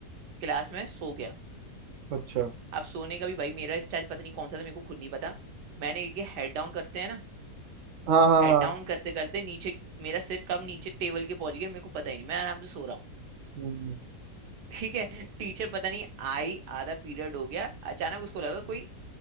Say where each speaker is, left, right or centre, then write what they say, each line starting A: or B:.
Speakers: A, on the right; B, on the right.
A: क्लास में सो गया
B: अच्छा
A: अब सोने का भी भाई मेरा स्टाइल पता नहीं कौन सा था मेरे को खुद नहीं पता मैंने ये हेड डाउन करते हैं ना
B: हाँ हाँ
A: हेड
B: हाँ
A: डाउन करते करते नीचे मेरा सिर कब नीचे टेबल के पहुंच गया मेरे को पता ही नहीं मैं आराम से सो रहा हूँ
B: हम्म
A: ठीक है टीचर पता नहीं आई आधा पीरियड हो गया अचानक उसको लगा कोई